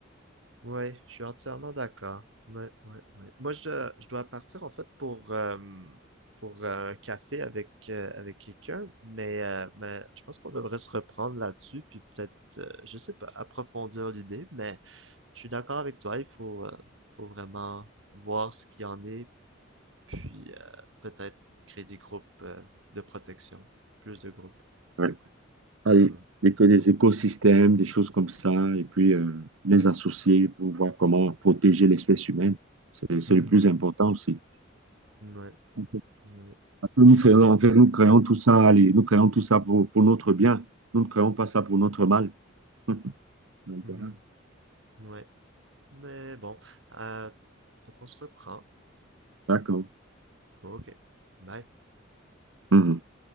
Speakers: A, on the right; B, on the right.
A: Ouais, je suis entièrement d'accord. Ouais, ouais, ouais. Moi, je, je dois partir en fait pour, euh, pour euh, un café avec, euh, avec quelqu'un, mais, euh, mais je pense qu'on devrait se reprendre là-dessus, puis peut-être, euh, je sais pas, approfondir l'idée, mais je suis d'accord avec toi, il faut, euh, faut vraiment voir ce qu'il y en est, puis euh, peut-être créer des groupes euh, de protection, plus de groupes.
B: Ouais. Allez,
A: Ouais.
B: des, que des écosystèmes, des choses comme ça, et puis euh, les associer pour voir comment protéger l'espèce humaine. C'est, c'est
A: Mhm.
B: le plus important aussi.
A: Ouais,
B: Ok.
A: ouais.
B: Parce que Nous faisons,
A: Mais bon.
B: en fait, nous créons tout ça, allez, nous créons tout ça pour, pour notre bien. Nous ne créons pas ça pour notre mal. <laughs> Donc
A: Mhm.
B: voilà.
A: Ouais. Mais bon, euh, donc on se reprend.
B: D'accord.
A: Ok, bye.
B: Mhm.